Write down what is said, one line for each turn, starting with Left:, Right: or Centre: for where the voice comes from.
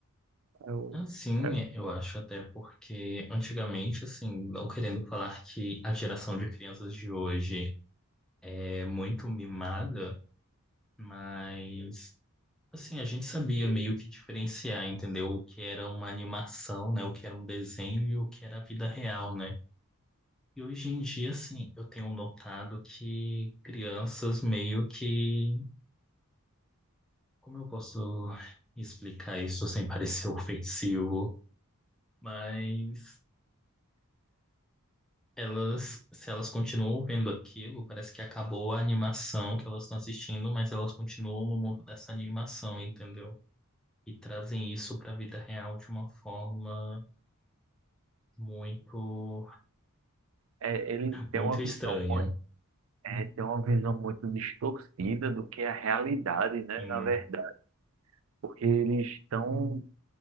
Right: Eu,
Centre: Assim,
Right: eu-
Centre: eu acho até porque antigamente, assim, não querendo falar que a geração de crianças de hoje é muito mimada, mas Assim, a gente sabia meio que diferenciar, entendeu? O que era uma animação, né? O que era um desenho e o que era a vida real, né? E hoje em dia, assim, eu tenho notado que crianças meio que. Como eu posso explicar isso sem parecer <laughs> ofensivo? Mas elas, se elas continuam vendo aquilo, parece que acabou a animação que elas estão assistindo, mas elas continuam no mundo dessa animação, entendeu? E trazem isso para a vida real de uma forma. muito,
Right: é, é, ele tem
Centre: muito
Right: uma
Centre: estranha.
Right: visão muito, é, tem uma visão muito distorcida do que é a realidade, né?
Centre: Sim.
Right: Na verdade. porque eles estão.